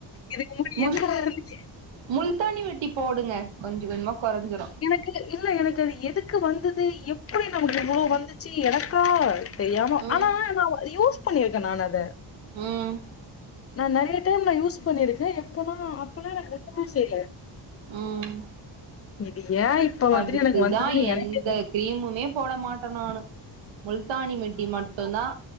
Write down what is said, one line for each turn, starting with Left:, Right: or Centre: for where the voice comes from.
Left: இதுக்கு முன்னாடி
Right: முல்
Left: எங்கடா இருந்திங்க
Right: முல்தானி மெட்டி போடுங்க கொஞ்ச கொஞ்சமா கொறஞ்சிடு
Left: க்கு இல்ல எனக்கு அது எதுக்கு வந்தது எப்புடி நமக்கு இவ்ளோ வந்துச்சு எனக்கா தெரியாம
Right: ம்
Left: ஆனா நா யூஸ் பண்ணியிருக்கே நான் அத
Right: ம்
Left: நா நெறைய டைம் நா யூஸ் பண்ணிருக்கே எப்பனா அப்பனா எதுவும் செய்ல
Right: ம்
Left: இது ஏ இப்ப வந்துட்டு
Right: அதுக்குதா
Left: எனக்கு வந்ததுன்னு
Right: எந்த
Left: எனக்கே தெரி
Right: கிரீமுமே போட மாட்டே நானு முல்தானி மெட்டி மட்டும் தா